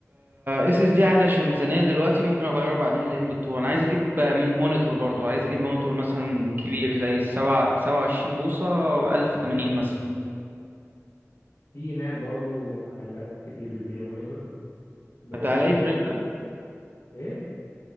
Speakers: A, on the right; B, on the left.
A: اس اس دي عادي عشان ميزانيه دلوقتي ممكن اغيره بعدين لام دوت 2 انا عايز اجيب مونيتور برضو عايز اجيب مونيتور مثلا كبير زي السبعة 27 بوصه 1080 مثلا
B: في هناك برضو محلات كتير بتبيع مونيتور ب...
A: حتى هلاقي في الرينج ده
B: ايه